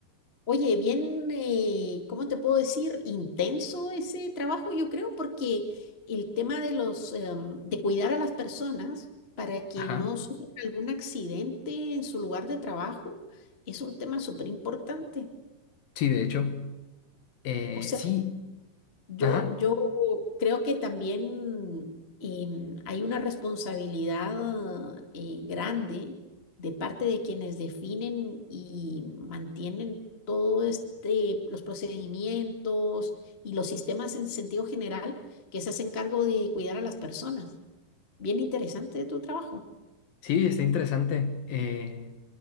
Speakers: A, on the left (about 45°); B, on the left (about 60°).
A: Oye, bien, eh, ¿cómo te puedo decir? Intenso ese trabajo, yo creo, porque el tema de los, em, de cuidar a las personas para que
B: Ajá.
A: no sufran algún accidente en su lugar de trabajo es un tema súper importante.
B: Sí, de hecho. Eh,
A: O sea,
B: sí,
A: Yo,
B: ajá.
A: yo creo que también em, hay una responsabilidad eh, grande de parte de quienes definen y mantienen todo este, los procedimientos y los sistemas en sentido general que se hacen cargo de cuidar a las personas. Bien interesante tu trabajo.
B: Sí, está interesante. Eh,